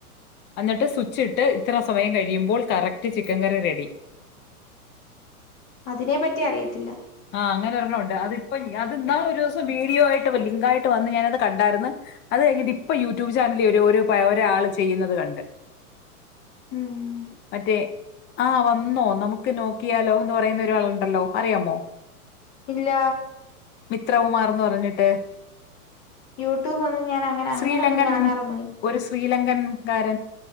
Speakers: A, on the left; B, on the left.
A: എന്നിട്ട് സ്വിച്ച് ഇട്ട് ഇത്ര സമയം കയിമ്പോ കറക്റ്റ് ചിക്കൻ കറി റെഡി
B: അതിനെപ്പറ്റി അറിയത്തില്ല
A: ആഹ് അങ്ങനെ ഒരെണ്ണം ഒണ്ട് അതിപ്പം അത് ഇന്നാള് ഒര്സം വിഡിയോ ആയിട്ട് ലിങ്ക് ആയിട്ട് വന്ന് ഞാനത് കണ്ടാര്ന്ന് അത് കയിഞ്ഞിട്ട് ഇപ്പൊ യൂട്യൂബ് ചാനലി ഒര് ഒരാള് ചെയ്യൂന്നത് കണ്ട്
B: ഉം
A: മറ്റേ ആഹ് വന്നോ നമ്മക്ക് നോക്കിയാലോ എന്ന് പറയ്ന്നാ ഒരാളൊണ്ടല്ലോ അറിയാമോ
B: ഇല്ല
A: മിത്രകുമാർന്ന് പറഞ്ഞ്ട്ട്
B: യൂട്യൂബ് ഒന്നും ഞാൻ അങ്ങനെ അങ്ങനെന്നും
A: ശ്രീലങ്കൻ
B: കാണാറൊന്നു
A: ഒരു ശ്രീലങ്കൻ കാരൻ